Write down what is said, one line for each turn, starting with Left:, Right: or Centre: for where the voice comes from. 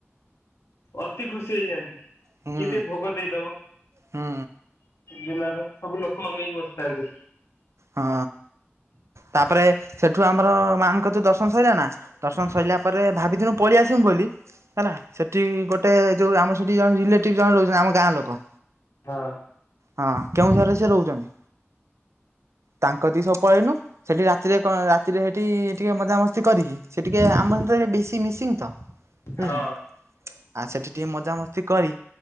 Left: ଅତି ଖୁସି ହେଇଯାଆନ୍ତି। କିଏ
Right: ହୁଁ
Left: ଟିକେ ଭୋଗ ଦେଇଦବ।
Right: ହୁଁ
Left: ଜିନାରେ ସବୁ ଲୋକ ଅନେଇକି ବସିଥାନ୍ତି।
Right: ହଁ ତାପରେ ସେଠୁ ଆମର ମାଙ୍କ ତୁ ଦର୍ଶନ ସରିଲା ନା ଦର୍ଶନ ସରିଲା ପରେ ଭାବିଥିନୁ ପଳେଇ ଆସିବିୁ ବୋଲି। ହେଲା ସେଠି ଗୋଟେ ଯୋଉ ଆମ ସେଠି ଜଣେ ରିଲେଟିଭ ଜଣେ ରହୁଛନ୍ତି ଆମ ଗାଁ ଲୋକ।
Left: ହଁ।
Right: ହଁ କେଉଁ ଠାରେ ସେ ରହୁଛନ୍ତି? ତାଙ୍କ ଗତି କୁ ସବୁ ପଳେଇନୁ। ସେଠି ରାତିରେ କଣ ରାତିରେ ସେଠି ଟିକେ ମଜାମସ୍ତି କରିକି ସେ ଟିକେ ଆମ ସହିତ ଟ ବେଶୀ ମିସିଂ ତ। ବୁଝିଲ
Left: ହଁ।
Right: ନା। ଆଉ ସେଠି ଟିକେ ମଜାମସ୍ତି କରି